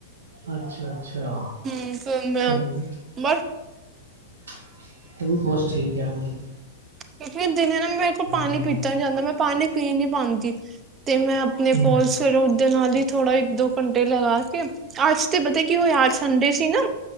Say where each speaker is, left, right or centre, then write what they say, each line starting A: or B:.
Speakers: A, on the right; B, on the right.
A: ਅੱਛਾ-ਅੱਛਾ
B: ਹਮ ਫਿਰ ਮੈਂ
A: ਚੰਗਾ।
B: ਬਸ
A: ਇਹ ਵੀ ਪੋਸਟ ਠੀਕ ਹੈ ਮਤਲੱਬ
B: ਕਿਉਂਕਿ ਦਿਨੇ ਨਾ ਮੇਰੇ ਕੋਲ ਪਾਣੀ
A: ਬੰਦੇ
B: ਪੀਤਾ
A: ਨੂੰ
B: ਨੀ ਜਾਂਦਾ ਮੈਂ ਪਾਣੀ ਪੀ ਨੀ ਪਾਦੀ ਤੇ ਮੈਂ ਆਪਣੇ
A: ਹੂੰ
B: ਕੋਲ ਸਵੇਰੇ ਉੱਠਦੇ ਨਾਲ ਹੀ ਥੋੜਾ ਇੱਕ ਦੋ ਘੰਟੇ ਲਗਾ ਕੇ ਅੱਜ ਤੇ ਪਤਾ ਕੀ ਹੋਇਆ ਅੱਜ ਸਂਡੇ ਸੀ ਨਾ